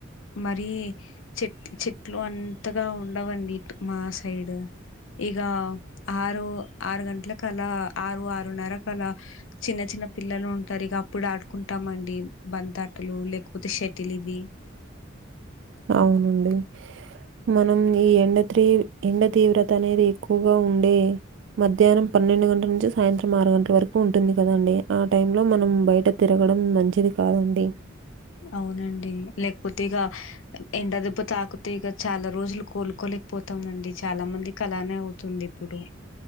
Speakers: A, on the left; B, on the right.
A: మరి చెట్ చెట్లు అంతగా ఉండవండి మా సైడ్ ఇగ ఆరు ఆరు గంటల కల ఆరు ఆరున్నర కల చిన్న చిన్న పిల్లలు ఉంటారు ఇక అప్పుడు ఆడుకుంటామండి బంతాటలు లేకపోతే షట్ తెలిబి
B: అవునండి మనం ఈ ఎండ త్రీ ఎండ తీవ్రత అనేది ఎక్కువగా ఉండే మధ్యానం పన్నెండు గంటల నుంచి సాయంత్రం ఆరు గంటల వరకు ఉంటుంది కదండి ఆ టైమ్ లో మనం బయట తిరగడం మంచిది కాదండి
A: అవునండి లేకపోతే ఇక ఎండ దెబ్బ తాకుతే ఇక చాలా రోజులు కోలుకోలేకపో తం అండి చాలా మందికలానే అవుతుందిప్పుడు